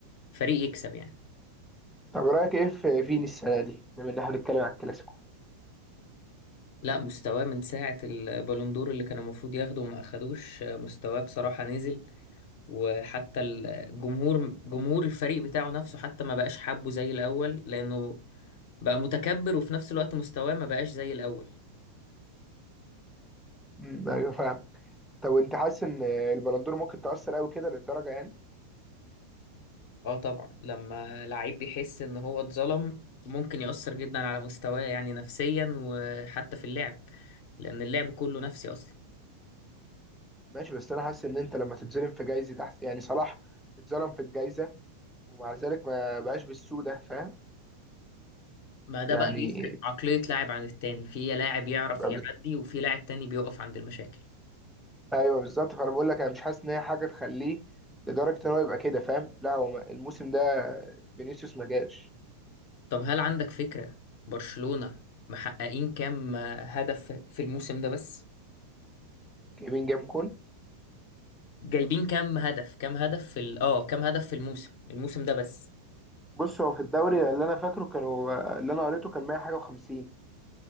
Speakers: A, on the left; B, in the centre.
A: فريق يكسب يعني
B: طب رأيك ايه في فيني السنة دي بما ان احنا بنتكلم على الكلاسيكو
A: لا مستواه من ساعة البالون دور اللي كان المفروض ياخده وما اخدوش آه، مستواه بصراحة نزل وحتى الجمهور جمهور الفريق بتاعه نفسه حتى ما بقاش حابه زي الأول لأنه بقى متكبر وفي نفس الوقت مستواه ما بقاش زي الأول
B: مم. ايوه فاهم طب انت حاسس ان البلندور ممكن تأثر قوي كده للدرجة يعني
A: اه طبعا لما لعيب بيحس ان هو اتظلم ممكن يأثر جدا على مستواه يعني نفسيا وحتى في اللعب لأن اللعب كله نفسي أصلا
B: ماشي بس انا حاسس ان انت لما تتظلم في جايزة تحس يعني صلاح اتظلم في الجايزة ومع ذلك ما بقاش بالسوء ده فاهم
A: ما ده
B: يعني
A: بقى بيفرق عقلية لاعب عن التاني في لاعب يعرف
B: بقى
A: يعدي
B: بز...
A: وفي لاعب تاني بيقف عند المشاكل
B: ايوه بالظبط فانا بقول لك انا مش حاسس ان هي حاجة تخليه لدرجة ان هو يبقى كده فاهم لا هو ما- الموسم ده فينيسيوس ما جاش
A: طب هل عندك فكرة برشلونة محققين كام هدف في الموسم ده بس؟
B: كيمين جاب كون
A: جايبين كام هدف كام هدف في ال... اه كام هدف في الموسم الموسم ده بس
B: بص هو في الدوري اللي انا فاكره كانوا اللي انا قريته كان 100 حاجة و50